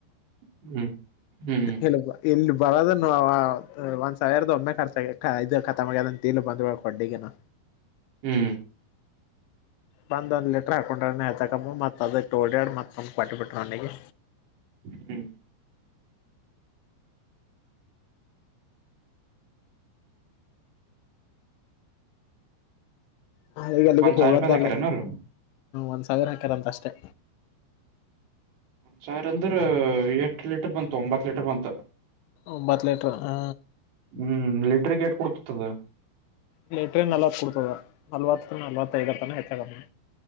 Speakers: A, on the right; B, on the left.
A: ಹ್ಮ್ ಹ್ಮ್ ಹ್ಮ್
B: <unintelligible> ಇಲ್ಲಿ ಬರೋದನು ಒಂದ್ ಸಾವಿರದ ಒಮ್ಮೆ ಖರ್ಚ ಕಥಮ್ ಅದಂತ ತಿ ಬಂದ ಕೊಡ್ಗನು
A: ಹ್ಞ
B: ಬಂದ ಒಂದ್ ಲಿಟರ್ ಹಾಕೊಂಡ್ರೆ ಹೆಚ್ಚುಕಮ್ಮ ಮತ್ ಅದ ಓಡ್ಯಾ ಮತ್ಕ ಕಟ್ಟಟ್ಬಿಟ್ಟರು ಅವನಿಗೆ
A: ಹ್ಮ
B: ಹ ಈಗ ಅಲ್ಲಿಗೂ
A: ಒಂದ್
B: ಹೋಗೋದ
A: ಸಾವಿರ ರೂಪಾಯಿ ಹಾಕಿರನವ್ರು
B: ಅಲ್ಲ ಒಂದ್ ಸಾವಿರ ಹಾಕಾರಂತ ಅಷ್ಟೇ
A: ಸಾವಿರು ಅಂದ್ರ ಎಟ್ ಲೀಟರ್ ಬಂತು ಒಂಬತ್ ಲೀಟರ್ ಬಂತ
B: ಒಂಬತ್ತು ಮೀಟರ್ ಹ
A: ಹ್ಮ್ ಲಿಟ್ರಿ ಗೇಟ್ ಕೊಡ್ತತದ
B: ಲಲೆಟ್ರ ನಲ್ವತ್ ಕೊಡ್ತದ ನಲ್ವತ್ತು ನಲ್ವತ್ತೈದರ ತನ ಹೆಚ್ಚಾಗಮ್ಮಿ